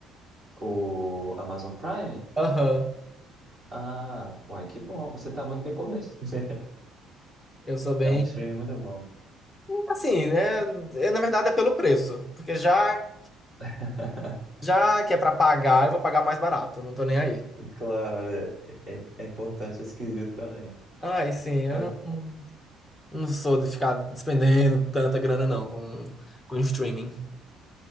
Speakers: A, on the right (about 25°); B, in the centre.
A: O Amazon Prime?
B: Aham.
A: Ah, uai, que bom. Você está muito bem coberto, <laughs> né?
B: Eu sou bem.
A: É um streaming muito bom.
B: Assim, né? é, na verdade é pelo preço. Porque já,
A: <laughs>
B: já que é pra pagar, eu vou pagar mais barato. Não tô nem aí.
A: Claro, é, é- é importante, é esquisito também.
B: Ai, sim, eu
A: A-
B: não, não sou de ficar despendendo tanta grana, não, com, com streaming.